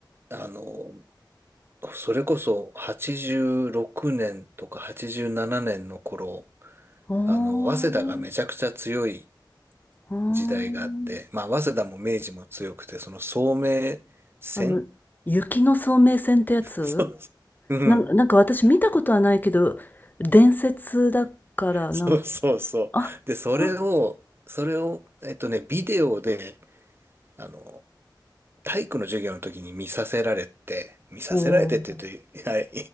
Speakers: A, on the right (about 30°); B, on the left (about 25°).
A: あの、それこそ86年とか87年の頃、
B: ほーん、
A: あの、早稲田がめちゃくちゃ強い
B: ほーん。
A: 時代があって、まあ、早稲田も明治も強くて、その聡明戦
B: あの、雪の聡明戦ってやつ
A: そううん。
B: なんなんか私見たことはないけど、伝説だからなんか
A: そうそうそう。
B: あ、
A: で、それを、
B: そう
A: それを、えっとね、ビデオで、あの、体育の授業の時に見させられて、見させられてって言うと、
B: おお、
A: はい、